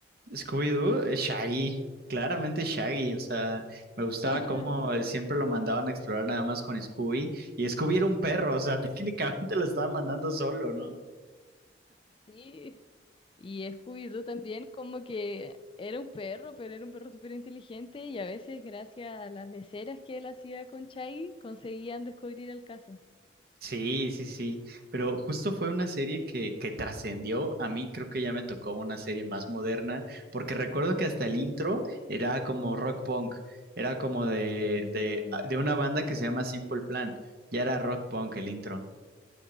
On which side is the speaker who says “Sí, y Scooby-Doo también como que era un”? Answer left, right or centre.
Left